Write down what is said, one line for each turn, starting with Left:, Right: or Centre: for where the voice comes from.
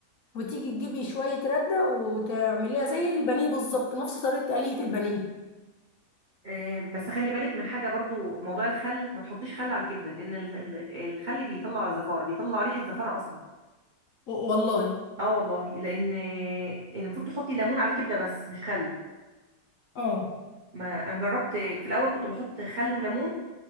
Left: وتيجي تجيبي شويه رده وتعمليها زي البانيه بالظبط نفس طريقه آلية البانيه
Right: إيه، بس خلي بالك من حاجة برضو موضوع الخل ما تحطيش خل على الكبدة لأن ال- ال- الخل بيطلع الزفارة بيطلع ريحة زفارة أصلا
Left: و- والله
Right: اه والله لأن إن المفروض تحطي ليمون على الكبدة بس مش خل
Left: اه
Right: ما أنا جربت في الأول كنت بحط خل وليمون